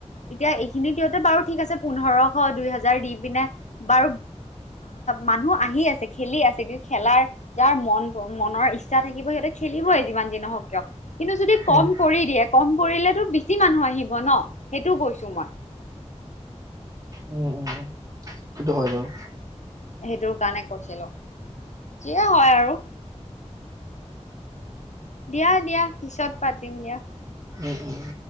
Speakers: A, on the left; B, on the right.
A: এতিয়া এইখিনি দিওঁতে বাৰু ঠিক আছে পোন্ধৰশ দুই হোজাৰ দিম। পিনে বাৰু মানুহ আহি আছে খেলি আছে কিন্তু খেলাৰ যাৰ মন মনৰ ইচ্ছা থাকিব সিহঁতে, খেলিবই যিমান যি নহওক। কিয়। কিন্তু যদি কম
B: উম,
A: কৰি দিয়ে কম কৰিলেো বেছি মানুহ আহিব ন সেইটো কৈছো মই।
B: উম উম সেইটো হয় বাৰু
A: সেইটোৰ কাৰণে কৈছিলো যিয়ে হয় আৰু দিয়া দিয়া পিছত পাতিম দিয়া।
B: উম উম,